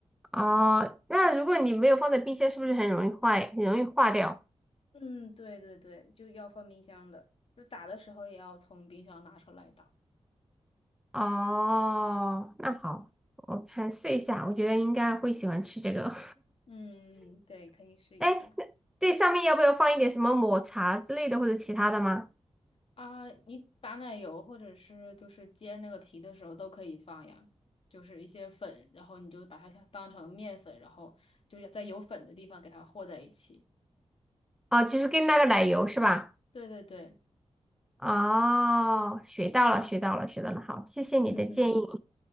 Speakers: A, in the centre; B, on the left (about 55°).
A: 哦，那如果你没有放在冰箱，是不是很容易坏，很容易化掉？
B: 嗯，对对对，就要放冰箱的，就打的时候也要从冰箱拿出来打。
A: 哦，那好，我看试一下，我觉得应该会喜欢吃这个。
B: 嗯，对，可以试一下
A: <laughs> 哎，那这上面要不要放一点什么抹茶之类的或者其他的吗？
B: 啊。你打奶油或者是就是煎那个皮的时候都可以放呀，就是一些粉，然后你就把它像当成面粉，然后就在有粉的地方给它和在一起。
A: 哦，就是跟那个奶油是吧？
B: 对对对，
A: 哦，学到了，学到了，学到了。好，谢谢你的建议。
B: <laughs>